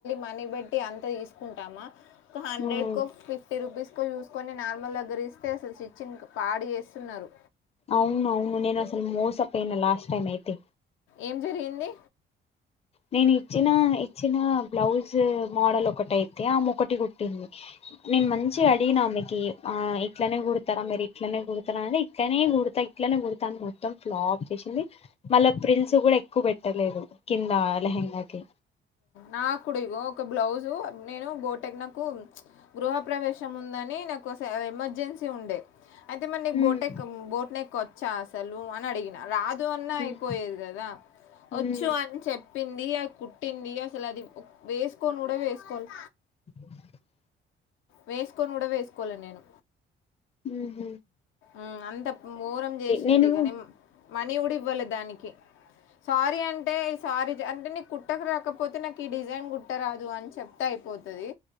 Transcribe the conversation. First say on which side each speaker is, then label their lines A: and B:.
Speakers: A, on the left; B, on the left.
A: మనీపెట్టీ అంత తీసుకుంటామా హండ్రెడ్
B: ఉమ్
A: కో ఫిఫటీ రూపీస్ కో చూసుకొని నార్మల్ దగ్గర ఇస్తే అసలు స్టికింగ్ పాడు చేస్తున్నారు
B: అవునవును నేనసలు మోసపోయిన లాస్ట్ టైమ్ అయితే
A: ఏం జరిగింది
B: నేను ఇచ్చిన ఇచ్చిన బ్లౌజ్ మోడల్ ఒకటైతే ఆమెఒకటి కుట్టింది నేను మంచిగా అడిగిన ఆమెకి ఆ ఇట్లనే కుడతారా మరి ఇట్లనే కుడతను అంటే ఇట్లనే కుడతా ఇట్లనే కుడతా మొత్తం ఫ్లాప్ చేసింది మళ్ళ ప్రిన్స్ కూడా ఎక్కువ పెట్టలేదు కింద లేహంగాకి
A: నాకుడు ఇగో ఒక బ్లౌజు నేను బోటెక్నకు గృహ ప్రవేశం ఉందని నాకు ఎమర్జెన్సీ ఉండే అయితే మరి నీకు
B: ఉమ్
A: బోటెక్ బొట్నెక్ వచ్ చా అసలు అని అడిగిన రాదు అన్నా
B: ఉమ్
A: అయిపోయేది కదా
B: ఉమ్
A: వచ్చు అని చెప్పింది ఆ కు టి అసలు అది వేసుకోని కూడా వేసుకోలే
B: <inaudible>
A: వేసుకొని కూడా వేసుకోలే నేను
B: ఉహ్మ్
A: ఆ అంత మొరం చేసింది
B: నేను
A: కాని మనీ కూడా ఇవలే దానికి సారీ అంటే ఈ సారీ అంటే నీకు కుట్టక రాకపోతే నాకు ఈ డిజైన్ కుట్టరాదు అని చెప్తాయి పోతది